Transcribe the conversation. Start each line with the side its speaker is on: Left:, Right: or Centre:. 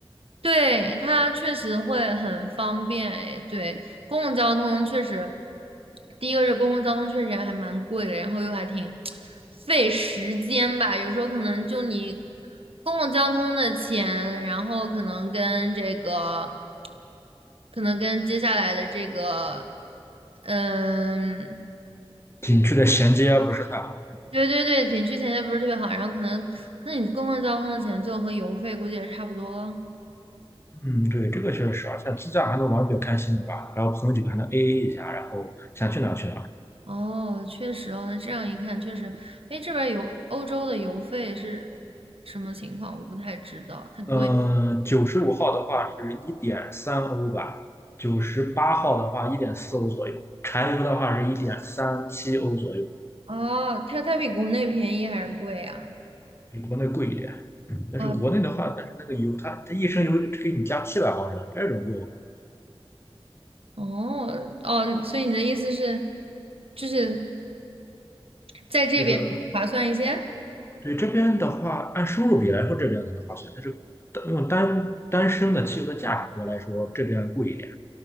Right: 对，它确实会很方便，哎，对，公共交通确实，第一个是公共交通确实还蛮贵的，然后又还挺费时间吧，有时候可能就你公共交通的钱，然后可能跟这个。可能跟接下来的这个，嗯，
Left: 景区的衔接啊不是太好。
Right: 对对对，景区衔接不是特别好，然后可能可能你公共交通的钱最后和油费估计也差不多。
Left: 嗯，对，这个确实是，而且自驾还能玩得比较开心，对吧？然后朋友几个还能 AA 一下，然后想去哪儿去哪儿。
Right: 哦，确实哦，那这样一看确实，哎，这边儿有欧洲的油费是什么情况？我不太知道，太贵。
Left: 嗯、九十五号的话是一点三欧吧，九十八号的话一点四欧左右，柴油的话是一点三七欧左右，
Right: 哦，它它比国内便宜还是贵啊？
Left: 比国内贵一点。嗯但是国内的话，
Right: 啊，
Left: 但是那个油它它一升油就给你加七百毫升，这种就
Right: 哦哦，所以你的意思是，就是在这边划算一些
Left: 就是对这边的话，按收入比来说，这边可能划算，但是单用单单升的汽油的价格来说，这边贵一点。